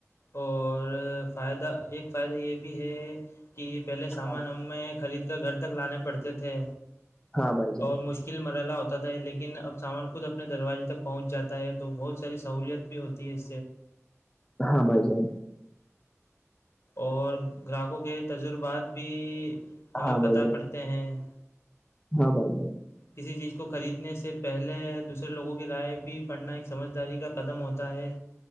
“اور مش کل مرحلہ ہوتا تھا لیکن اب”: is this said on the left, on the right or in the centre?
Left